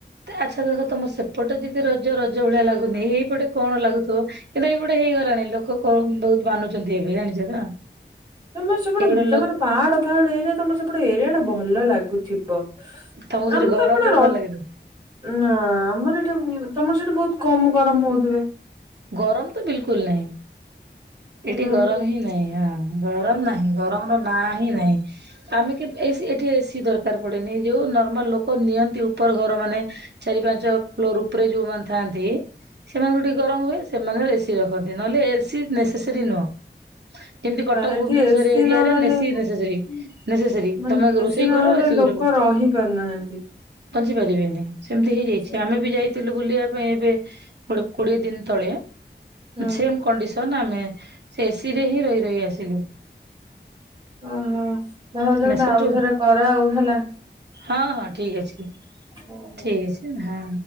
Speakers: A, on the right (about 65°); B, on the right (about 25°).
A: ଆଚ୍ଛା ଦେଖ ତମ ସେପଟେ ଯଦି ରଜ ରଜ ଭଳିଆ ଲାଗୁନି ଏଇପଟେ କଣ ଲାଗୁଥିବ କିନ୍ତୁ ଏଇପଟେ ହେଇଗଲାଣି ଲୋକ ବହୁତ ମାନୁଛନ୍ତି ଏବେ ଜାଣିଛ ତ।
B: ତମର ସେପଟେ
A: ଏଇପଟେ
B: <unintelligible> ତମର
A: ଲୋ
B: ପାହାଡ ପାଅଡ ଏରିଆ ତମର ସେପଟେ ଏରିଆ ଟା ବହୁ ଭଲ ଲାଗୁଥିବ।
A: ତମକୁ ସେଠି
B: ଆମର
A: ଗରମ
B: ତ ଏପଟେ
A: ରେ
B: ର
A: ଭଲ ଲାଗେନି
B: ନା ଆମର ଏଠି ତମର ସେଠି ବହୁତ୍ କମ ଗରମ ହଉଥିବେ।
A: ଗରମ ତ ବିଲକୁଲ୍ ନହିଁ।
B: ହଁ
A: ଏଠି ଗରମ ହିଁ ନାହିଁଁ ହ ଗରମ୍ ନାହିଁ ଗରମର ନାଆ ଇ ନାହିଁ ଆମେ କି ଏ ଏଠି ଏସି ଦରକାର ପଡେନି ଯୋଉ ନର୍ମାଲ୍ ଲୋକ ନିଅନ୍ତି ଉପର୍ ଘର ମାନେ ଚାରି ପାଞ୍ଚ ଫ୍ଲୋର୍ ଉ ଉପ୍ରେ ଯୋଉମାନେ ଥାନ୍ତି ସେମାନଙ୍କୁ ଟିକ୍ ହୁଏ ସେମାନେ ଏସି ରଖନ୍ତି ନହଲେ ଏସି ନହେଲେ ଏସି ନେସେସେରି ନୁଅ। ଏମିତି କଟକ
B: ଏଠି
A: ଭୁବନେଶ୍ବର
B: ଏସିି
A: ଏରିଆରେ
B: ନହେଲେ
A: ନେସି ନେସେସରି ନେସେସେରି
B: ମାନେ
A: ତମେ
B: ଏସି
A: ରୋଷେଇ
B: ନହେଲେ
A: କର ଏସି
B: ଲୋକ
A: ଘରେ ବି।
B: ରହି ପାରୁନାହାନ୍ତି।
A: ବଞ୍ଚି ପାରିବେନି। ସେମିତି
B: ହୁଁ।
A: ହେଇଯାଇଛି ଆମେ ବି ଯାଇ ବୁଲିବା ପାଇଁ ଏବେ ଗୋଟେ କୋଡ଼ିଏ ଦିନ୍ ତଳେ।
B: ହୁଁ
A: ସେମ୍ କଣ୍ଡିସ୍ ତନ୍ ଆମେ ସେ ଏସି ରେ ହିଁ ରହି ରହି ଆସିଲୁ।
B: ଓହୋ ଭାଉଜ
A: ହେଲା
B: ମତେ
A: ସେଠୁ
B: ଆଉ ଥରେ କର ଆଉ ହେଲା।
A: ହଁ ହଁ ଠିକ୍ ଅଛି।
B: ଓହୋ।
A: ଠିକ୍ ଅଛି ହଁ।